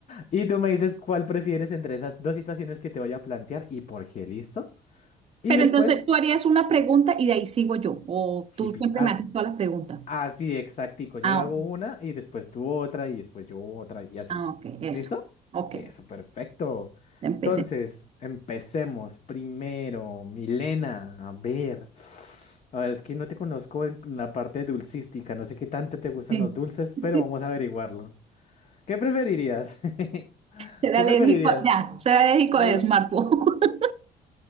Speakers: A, on the left (about 40°); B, on the right (about 35°).
A: Y tú me dices cuál prefieres entre esas dos situaciones que te voy a plantear y por qué, ¿listo? Y
B: Pero
A: después,
B: entonces tú harías una pregunta y de ahí sigo yo, o
A: si
B: tú
A: pi-
B: siempre
A: ah,
B: me haces todas las preguntas.
A: Así, exactico. Yo
B: Ah,
A: hago
B: ok,
A: una y después tú otra y después yo otra y así.
B: ah, ok, eso.
A: ¿Listo?
B: Ok,
A: Eso, perfecto.
B: empecé.
A: Entonces, empecemos. Primero, Milena, a ver. A ver, es que no te conozco en la parte dulcística. No sé qué tanto te gustan
B: Sí.
A: los dulces, pero
B: <laughs>
A: vamos a averiguarlo. ¿Qué preferirías? <laughs>
B: Ser
A: ¿Qué
B: alérgico,
A: preferirías?
B: ya, ser alérgico
A: No
B: al smartphone.
A: sé. <laughs>
B: <laughs>